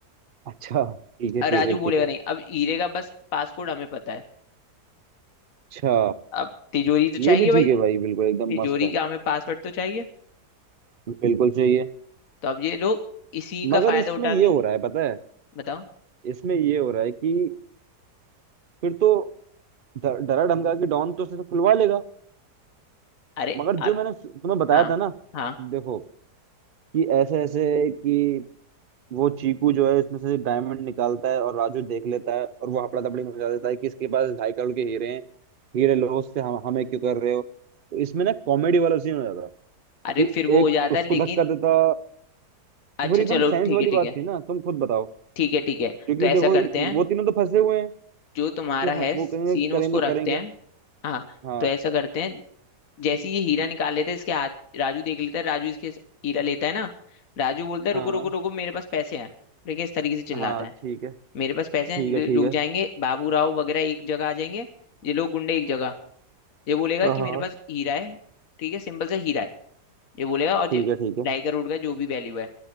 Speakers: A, on the right; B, on the left.
A: अच्छा ठीक है
B: और राजू
A: ठीक है ठीक
B: बोलेगा
A: है
B: नहीं अब हीरे का बस पासकोड हमें पता है
A: अच्छा
B: अब तिजोरी तो
A: ये
B: चाहिए
A: भी
B: भाई
A: ठीक है भाई बिल्कुल एकदम
B: तिजोरी
A: मस्त है
B: का हमें पासवर्ड तो चाहिए
A: बिल्कुल चाहिए
B: तो अब ये लोग इसी का
A: मगर
B: फायदा
A: इसमें
B: उठा
A: ये
B: के
A: हो रहा है पता है
B: बताओ
A: इसमें ये हो रहा है कि फिर तो ड- डरा धमका के डॉन तो उसे तो खुलवा लेगा
B: अरे
A: मगर
B: आप
A: जो मैंने तुम्हें बताया
B: हाँ
A: था ना
B: हाँ
A: देखो कि ऐसे ऐसे कि वो चीकू जो है उसमें से डायमंड निकालता है और राजू देख लेता है और वो हपड़ा तपड़ी मचा देता है कि इसके पास ढाई करोड़ के हीरे हैं हीरे लॉस से हम हमें क्यों कर रहे हो तो इसमें ना कॉमेडी वाला सीन हो जाता
B: अरे
A: कि
B: फिर वो
A: एक
B: हो जाता
A: उसको
B: है लेकिन
A: धक्का देता तो
B: अच्छा
A: फिर एकदम
B: चलो
A: साइंस
B: ठीक
A: वाली
B: है
A: बात
B: ठीक है
A: थी ना तुम खुद बताओ
B: ठीक है ठीक है
A: क्योंकि
B: तो ऐसा
A: देखो
B: करते हैं
A: वो तीनों तो फंसे हुए हैं
B: जो तुम्हारा
A: कि
B: है
A: हाँ, वो
B: सीन
A: कहेंगे
B: उसको
A: करें तो
B: रखते
A: करें क्या
B: हैं हाँ
A: हाँ
B: तो ऐसा करते हैं जैसे ही ये हीरा निकाल लेते हैं इसके हाथ राजू देख लेता है राजू इसके हीरा लेता है ना राजू बोलता है
A: हाँ
B: रुको रुको रुको मेरे पास पैसे हैं ठीक है इस तरीके से चिल्लाता
A: हाँ
B: है
A: ठीक है
B: मेरे पास पैसे
A: ठीक
B: हैं
A: है
B: रु-
A: ठीक
B: रुक
A: है
B: जाएंगे बाबू राव वगैरह एक जगह आ जाएंगे ये लोग गुंडे एक जगह ये बोलेगा
A: हाँ
B: कि
A: हाँ
B: मेरे पास हीरा है ठीक है सिंपल सा हीरा है ये बोलेगा और
A: ठीक
B: ये
A: है ठीक है
B: ढाई करोड़ का जो भी वैल्यू है